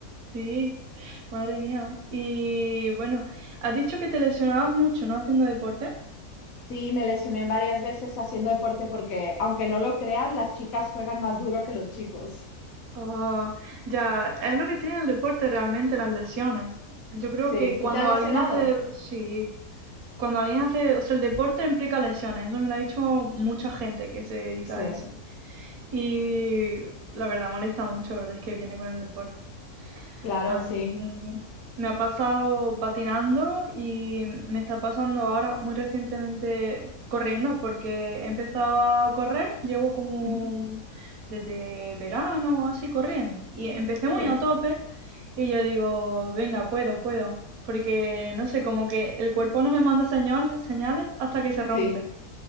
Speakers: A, on the right; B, on the left.
A: Sí, madre mía. Y bueno, has dicho que te lesionabas mucho, ¿no? Haciendo deporte.
B: Sí, me lesioné varias veces haciendo deporte porque, aunque no lo creas, las chicas juegan más duro que los chicos.
A: Ah, ya, es lo que tiene el deporte realmente, las lesiones. Yo creo
B: Sí,
A: que cuando
B: ¿tú te has lesionado?
A: alguien hace, sí, cuando alguien hace, o sea, el deporte implica lesiones. Eso me lo ha dicho mucha gente que se dedica
B: Sí,
A: a eso. Y la verdad molesta mucho, verdad, es que viene con el deporte.
B: claro,
A: A
B: sí.
A: mí me ha pasado patinando y me está pasando ahora muy recientemente corriendo, porque he empezado a correr, llevo como
B: Ujú,
A: desde verano así corriendo. Y empecé muy
B: Sí,
A: a tope y yo digo, venga, puedo, puedo. Porque no sé, como que el cuerpo no me manda señal- señales hasta que se rompe
B: sí.